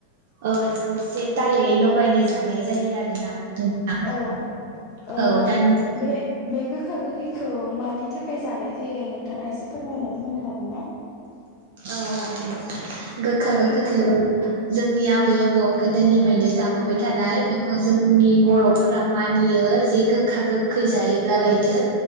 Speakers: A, on the right; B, on the left.
A: ओ जौसे तायै लगायनाय जानाय जायो आरोना। <unintelligible>
B: औ ओ
A: दानि
B: बे बे गोखा गोखैखौ औ मानि थाखाय जानाय जायो नोंथाङा एसे फोरमायनानै होनो हागोन ना?
A: औ हागोन नोंथां। गोखा
B: ओ
A: गोखैखौ जोंनि आबै आबौआ गोदोनिफ्रायनो जाबोबाय थानाय बेखौ जोंनि बरफोरा
B: औ
A: मानि बियो जे गोखा गोखै जायोब्लालायनो